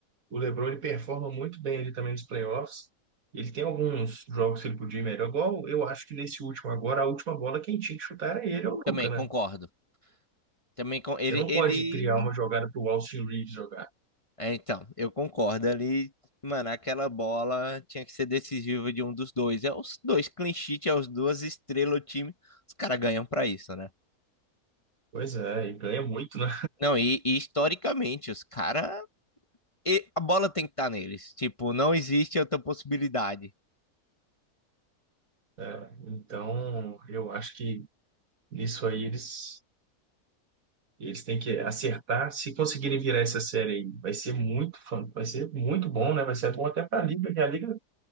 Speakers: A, on the right; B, on the left.
A: o LeBron ele performa muito bem ali também nos playoffs. Ele tem alguns jogos que ele podia ir melhor. Igual eu acho que nesse último agora, a última bola quem tinha que chutar era ele, é o
B: também
A: Luka, né?
B: concordo. Também com ele,
A: Você não
B: ele
A: pode criar uma jogada para o Austin Reeves jogar.
B: É, então, eu concordo ali. Mano, aquela bola tinha que ser decisiva de um dos dois. É os dois clean sheet, é os duas estrelas do time. Os caras ganham pra isso, né?
A: Pois é, e ganha muito, né?
B: Não, e, e historicamente, os caras. A bola tem que estar neles. Tipo, não existe outra possibilidade.
A: É, então, eu acho que nisso aí eles, eles têm que acertar. Se conseguirem virar essa série aí, vai ser muito fã, vai ser muito bom, né? Vai ser bom até para a Liga, que a Liga,